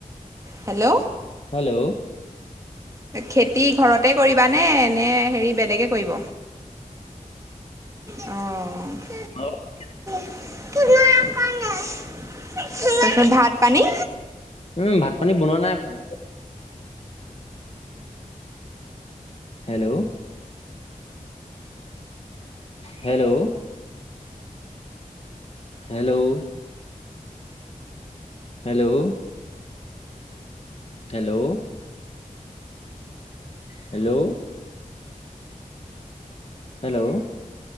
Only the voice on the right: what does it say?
হেল্ল'।
খেতি ঘৰতে কৰিবা নে-নে হেৰি বেলেগে কৰিব? অ',
<unintelligible> তাৰপিছত ভাত পানী।